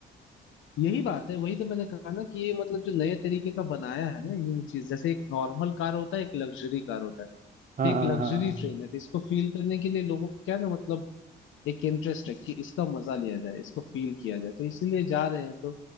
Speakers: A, on the left; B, on the right.
A: यही बात है वही तो मैंने कहा ना कि ये मतलब जो नए तरीके का बनाया है ना इन्होंने चीज जैसे एक नॉर्मल कार होता है एक लग्जरी कार होता है तो
B: हाँ
A: एक
B: हाँ
A: लग्जरी
B: हाँ हाँ हाँ।
A: ट्रेन है तो इसको फील करने के लिए लोगों को क्या ना मतलब एक इंटरेस्ट है कि इसका मजा लिया जाए इसको फील किया जाए तो इसीलिए जा रहे हैं तो